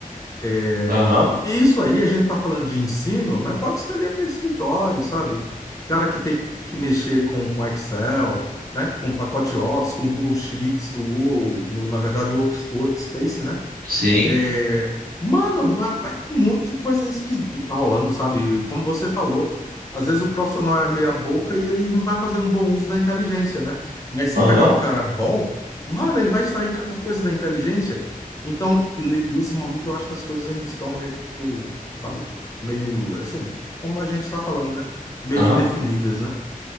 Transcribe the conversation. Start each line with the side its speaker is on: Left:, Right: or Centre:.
Left: É,
Right: Aham,
Left: E isso aí, a gente está falando de ensino, mas pode estender para escritório, sabe? Cara que tem que mexer com, com Excel, né? Com pacote Office, com Google Sheets, o Google, no- na verdade, o Works- Workspace, né?
Right: sim.
Left: É, mano, vai, vai ter muita coisa esquisita rolando, sabe? Como você falou, às vezes o profissional é meia boca e ele não vai fazer um bom uso da inteligência, né? Mas se
Right: Aham,
Left: pegar um cara bom, mano, ele vai extrair cada coisa da inteligência. Então, ne- nesse momento, eu acho que as coisas ainda estão meio, sabe? Meio, assim, como a gente está falando, né? Meio
Right: aham.
Left: indefinidas, né?